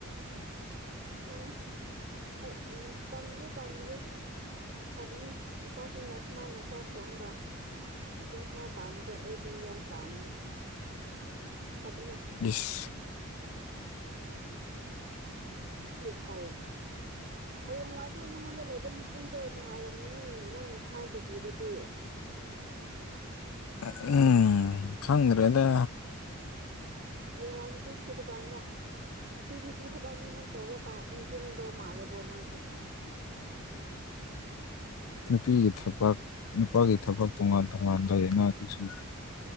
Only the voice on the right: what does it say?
ꯑꯣ ꯐꯩ ꯎꯝ ꯄꯥꯡꯕꯤꯌꯨ ꯄꯥꯡꯕꯤꯌꯨ ꯐꯕꯅꯦ ꯅꯨꯄꯥꯁꯤꯡꯅ ꯁꯨꯃꯥꯏꯅ ꯆꯥꯛ ꯊꯣꯡꯉꯒ ꯃꯇꯦꯡ ꯁꯨꯃꯥꯏ ꯄꯥꯡꯕꯖꯦ ꯑꯩꯗꯤ ꯌꯥꯝ ꯄꯥꯝꯕꯅꯦ ꯐꯕꯅꯦ
ꯏꯁ ꯍꯥꯏꯌꯦ ꯍꯌꯦꯡꯋꯥꯥꯏꯁꯨ ꯅꯪꯉꯣꯟꯗ ꯂꯩꯕ ꯅꯨꯄꯤꯗꯣ ꯅꯨꯡꯉꯥꯏꯔꯣ <unintelligible> ꯅꯦ ꯅꯪꯅ ꯁꯨꯃꯥꯏ ꯇꯧꯕꯤꯔꯗꯤ
ꯍꯌꯦꯡꯋꯥꯏ ꯅꯨꯄꯤ ꯊꯤꯔꯀꯥꯟꯗ ꯁꯤ ꯅꯨꯄꯤ ꯊꯕꯛꯅꯤ ꯅꯪ ꯇꯧꯔꯣꯀꯥ ꯏꯟꯖꯤꯟꯒꯗꯧ ꯃꯥꯜꯂꯦꯕꯣ ꯅꯪꯁꯦ <inaudible>